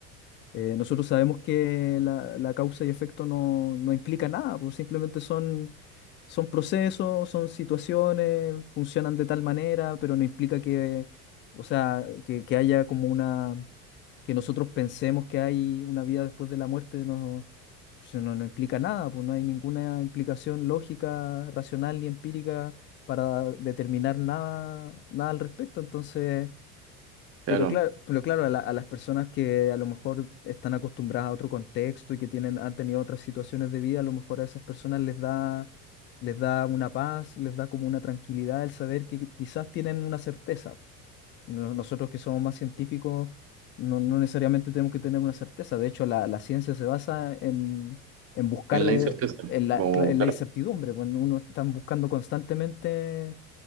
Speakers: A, on the left (about 25°); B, on the right (about 30°).
A: eh, nosotros sabemos que la, la causa y efecto no, no implica nada, pues simplemente son son procesos, son situaciones, funcionan de tal manera, pero no implica que, o sea, que, que haya como una, que nosotros pensemos que hay una vida después de la muerte, no, pues, no, no implica nada, pues no hay ninguna implicación lógica, racional ni empírica para determinar nada, nada al respecto. Entonces,
B: Claro,
A: pero claro, pero claro, a la- a las personas que a lo mejor están acostumbradas a otro contexto y que tienen, han tenido otras situaciones de vida, a lo mejor a esas personas les da, les da una paz, les da como una tranquilidad el saber que quizás tienen una certeza. No- Nosotros que somos más científicos, no, no necesariamente tenemos que tener una certeza. De hecho, la, la ciencia se basa en, en buscar
B: en la
A: eh,
B: incerteza.
A: en la,
B: Como,
A: cla- en
B: claro.
A: la incertidumbre. Bueno, uno está buscando constantemente